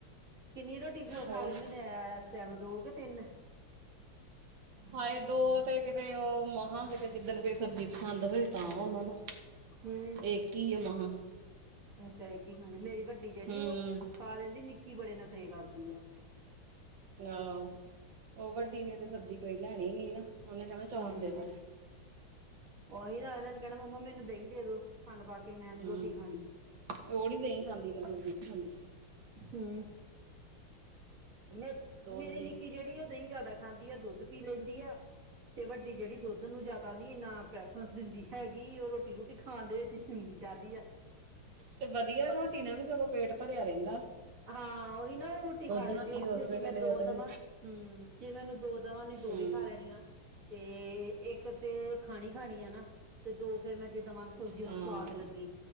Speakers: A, on the right (about 40°); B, on the right (about 65°).
A: ਕਿੰਨੀ ਰੋਟੀ ਖ
B: ਹੋਰ
A: ਖਾ ਲੈਂਦੇ ਐ ਨੇ ਇਸ ਟਾਈਮ ਦੋ ਕਿ ਤਿੰਨ
B: ਆਾਏ ਦੋ ਤੇ ਕਿਤੇ ਉਹ ਮਹਾ ਕਿਤੇ ਜਿੱਦਣ ਕੋਈ ਸਬਜ਼ੀ ਪਸੰਦ ਹੋਏ ਤਾਂ ਉਹਨਾਂ ਦਾ,
A: ਹੂੰ
B: ਇੱਕ ਹੀ ਆ ਮ
A: ਅੱਛਾ ਇੱਕ ਹੀ ਖਾਂਦੀ ਮੇਰੀ ਵੱਡੀ ਜਿਹੜੀ
B: ਹੂੰ
A: ਉਹ ਖਾ ਲੈਂਦੀ ਐ ਨਿੱ ਕੀ ਬੜੇ ਨਖਰੇ ਕਰਦੀ ਆ।
B: ਆਹ, ਉਹ ਵੱਡੀ ਨੇ ਤੇ ਸਬਜ਼ੀ ਕੋਈ ਲੈਣੀ ਨਹੀਂ ਨਾ। ਉਹਨੇ ਕਹਿੰਦਾ ਚਾਰ
A: ਹੂੰ
B: ਦੇਤਾ,
A: ਉਹੀ ਨਾ ਇਹਨਾਂ ਨੇ ਕਹਿਣਾ ਮੰਮਾ ਮੈਨੂੰ ਦਹੀ ਦੇਦੋ ਖੰਡ ਪਾ ਕੇ, ਮੈਂ ਨੀ
B: ਹੂੰ,
A: ਰੋਟੀ ਖਾਣੀ
B: ਉਹ ਨੀ ਦਹੀਂ ਖਾਂਦੀ ਕਦੇ ਵੀ, ਹਾਂਜੀ,
A: ਹੂੰ, ਮੇਰੀ-ਮੇਰੀ
B: ਦੁੱਧ ਦੀ
A: ਨਿੱਕੀ ਜਿਹੜੀ ਉਹ ਦਹੀਂ ਜਿਆਦਾ ਖਾਂਦੀ ਐ। ਆ ਦੁੱਧ ਪੀ ਲੈਂਦੀ ਆ ਤੇ ਵੱਡੇ, ਜਿਹੜੀ ਦੁੱਧ ਨੂੰ ਜ਼ਿਆਦਾ ਨ ਇਨਾ, ਬ੍ਰੇਕਫਾਸਟ ਦਿੰਦੀ ਹੈਗੀ ਉਹ ਰੋਟੀ-ਰੁਟੀ ਖਾਣ ਦੇ ਵਿੱਚ ਜ਼ਿਆਦਾ ਈ ਆ।
B: ਤੇ ਵਧੀਆ ਹੁਣ ਰੋਟੀ ਨਾਲ ਵੀ ਸਗੋਂ ਪੇਟ ਭਰਿਆ ਰਹਿਗਾ।
A: ਹਾਂ ਉਹੀ ਨਾ ਉਹ ਰੋਟੀ ਖਾ ਲੈਂਦੀ
B: ਨਾਲ ਕੀ
A: ਉਹਨੂੰ
B: ਉਸੇ
A: ਫ਼ਿਰ ਜੇ
B: ਵੇਲੇ
A: ਮੈਂ ਦੋ
B: ਉਹ
A: ਦਵਾਂ,
B: ਤੇ
A: ਹੂੰ, ਜੇ ਮੈਂ ਉਹਨੂੰ ਦੋ ਦਵਾਂ ਉਹਨੇ ਦੋ
B: ਹੂੰ
A: ਵੀ ਖਾ ਲੈਣੀਆਂ ਤੇ ਇੱਕ ਤੇ ਖਾਣੀ-ਖਾਣੀ ਆ ਨਾ, ਤੇ ਦੋ ਫੇਰ ਮੈਂ ਜੇ ਦਵਾਂਗੇ ਸਬਜ਼ੀ ਉਹਨੂੰ
B: ਹਾਂ
A: ਸਵਾਦ ਲੱਗੀ,